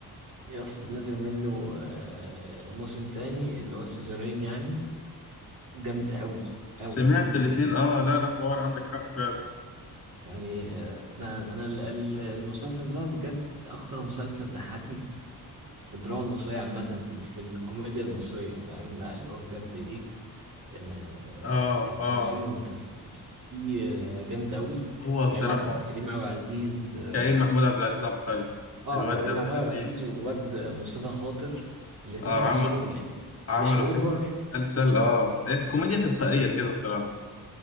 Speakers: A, on the right; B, on the left.
A: يا اسطى نزل منه آه موسم تاني اللي هو السيزونين يعني جامد أوي أوي
B: سمعت
A: أوي
B: الاتنين
A: بجد
B: اه لا لا حوار عندك حق فعلا
A: يعني آه، انا انا ال- ال- المسلسل ده بجد اكثر مسلسل ضحكني في في الدراما المصريه عامه في ال- في الكوميديا المصريه فاهم لا اللي هو بجد ايه آه،
B: اه
A: التمثيل
B: اه
A: هو متأثر التمثيل فيه، آه، جامد قوي
B: هو بصراحة
A: كريم عب- كريم عبد العزيز اه
B: كريم محمود عبد العزيز عبقري
A: آه،
B: الواد
A: كريم
B: ده ابن
A: محمود عبد
B: لذين
A: العزيز والواد مصطفى خاطر الاتنين
B: اه
A: تمثيلهم
B: عمل
A: يعني
B: عملوا
A: مش اوفر
B: حتة مسلسل اه الكوميديا تلقائية
A: بالظبط
B: كده بصراحة